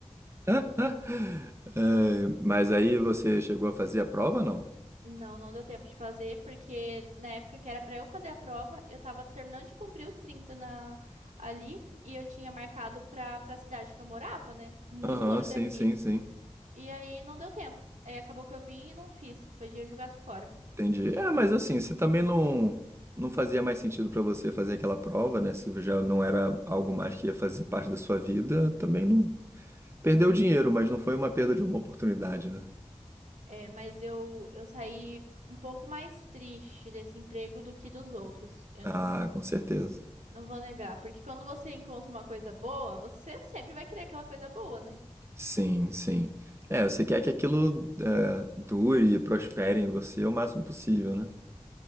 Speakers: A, on the right (about 20°); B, on the right (about 80°).
A: <laughs> É, mas aí você chegou a fazer a prova, não?
B: Não, não deu tempo de fazer, porque na época que era pra eu fazer a prova, eu tava terminando de cumprir os 30 na, ali, e eu tinha marcado pra, pra cidade que eu morava, né? Muito
A: Aham,
B: longe
A: sim,
B: daqui.
A: sim, sim.
B: E aí não deu tempo. Aí acabou que eu vim e não fiz. Foi dia jogado fora.
A: Entendi. É, mas assim, se também não não fazia mais sentido pra você fazer aquela prova, né? Se já não era algo mais que ia fazer parte da sua vida, também não Perdeu dinheiro, mas não foi uma perda de uma oportunidade, né?
B: É, mas eu, eu saí um pouco mais triste desse emprego do que dos outros. Eu
A: Ah,
B: não,
A: com certeza.
B: não vou negar. Porque quando você encontra uma coisa boa, você sempre vai querer aquela coisa boa, né?
A: Sim, sim. É, você quer que aquilo é, dure e prospere em você o máximo possível, né?